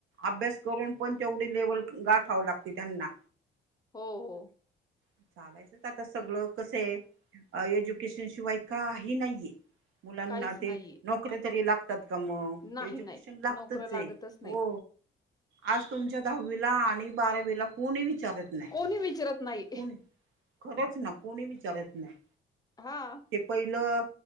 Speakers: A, on the right; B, on the left.
A: अभ्यास करून पण तेवढी लेवल गाठावं लागते त्यांना.
B: हो हो.
A: चालायचंच आता सगळं कस आहे एज्युकेशन शिवाय काही नाहीये. मुलांना
B: काहीच
A: ते
B: नाहीये
A: नोकरी तरी लाग का मग
B: नाही
A: एज्युकेशन
B: नाही
A: लागतच
B: नोकरं
A: आहे हो.
B: नाही
A: आज तुमच्या दहावीला आणि बारावीला कोणी विचारत नाही.
B: कोणी विचारत नाही.
A: णी <unintelligible> खरंच ना कोणी विचारत नाही.
B: हा.
A: ते पहिलं